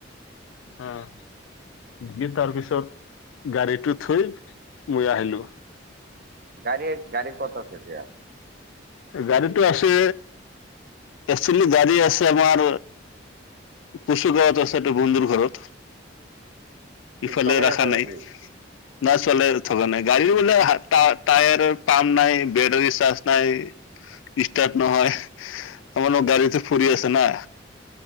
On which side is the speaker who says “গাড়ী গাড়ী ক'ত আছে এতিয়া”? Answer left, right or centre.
Right